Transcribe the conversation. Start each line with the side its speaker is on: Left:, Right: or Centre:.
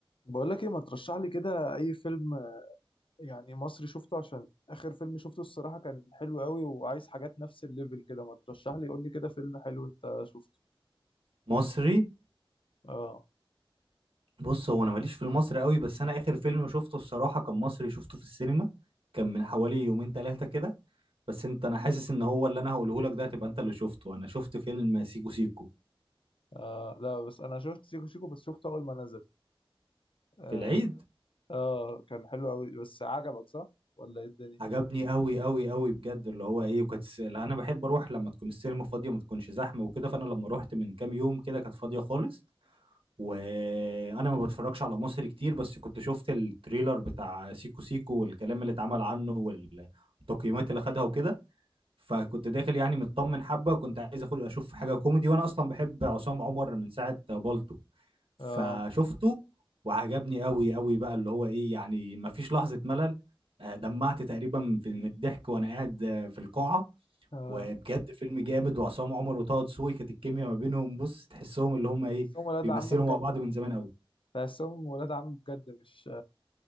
Left: بقول لك ايه ما ترشح لي كده اي فيلم يعني مصري شفته عشان اخر فيلم شفته الصراحة كان حلو قوي وعايز حاجات نفس الليفل كده ما ترشح لي قول لي كده فيلم حلو انت شفته
Right: مصري
Left: اه,
Right: بص هو انا ماليش في المصري قوي بس انا اخر فيلم شفته الصراحه كان مصري شفته في السينما كان من حوالي يومين ثلاثه كده بس انت انا حاسس ان هو اللي انا هقوله لك ده هتبقى انت اللي شفته انا شفت فيلم سيكو سيكو
Left: آه لا بس انا شفت سيكو سيكو بس شفته اول ما نزل اه,
Right: في العيد
Left: آه كان حلو قوي بس عجبك صح ولا ايه الدنيا
Right: عجبني قوي قوي قوي بجد اللي هو ايه وكانت الس- اللي انا بحب اروح لما تكون السينما فاضيه ما تكونش زحمه وكده فانا لما رحت من كام يوم كده كانت فاضيه خالص وانا ما بتفرجش على مصري كتير بس كنت شفت التريلر بتاع سيكو سيكو والكلام اللي اتعمل عنه وال... التقييمات اللي خدها وكده فكنت داخل يعني مطمن حبه وكنت عايز اخد اشوف حاجه كوميدي وانا اصلا بحب عصام عمر من ساعه بالطو فشفته
Left: اه
Right: وعجبني قوي قوي بقى اللي هو ايه يعني ما فيش لحظه ملل آه، دمعت تقريبا في- من الضحك وانا قاعد آه، في القاعه
Left: اه
Right: وبجد فيلم جامد وعصام عمر وطه دسوقي كانت الكيمياء ما بينهم بص تحسهم اللي هم
Left: آه،
Right: ايه
Left: تحسهم ولاد
Right: بيمثلوا
Left: عم بجد
Right: مع بعض من زمان قوي
Left: تحسهم ولاد عم بجد مش